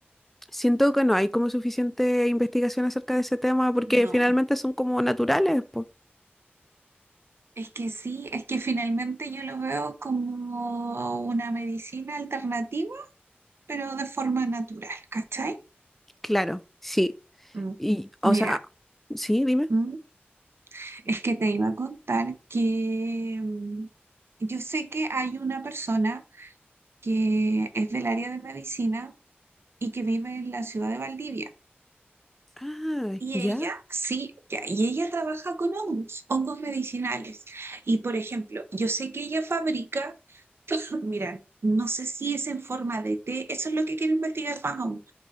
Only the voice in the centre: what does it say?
Siento que no hay como suficiente investigación acerca de ese tema porque
finalmente son como naturales, pues.
Claro, sí.
Y, o
sea, sí, dime.
Ah,
ya,